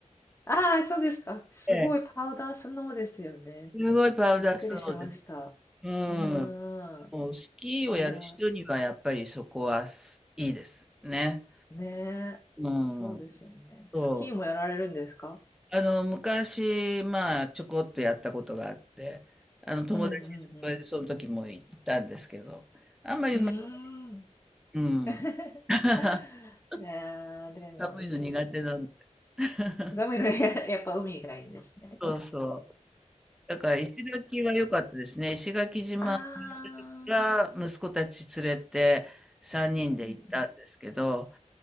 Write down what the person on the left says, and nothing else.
ああ、そうですか。すごいパウダースノーですよね。
びっくりしました。
うーん。
いやー、ねえ。
そうですよね。
スキーもやられるんですか
うんうん
うん。うーん。
<laughs>
いやー、でもいいですね。
寒いのに <laughs> やっぱ海がいいんですね。
あー、
うん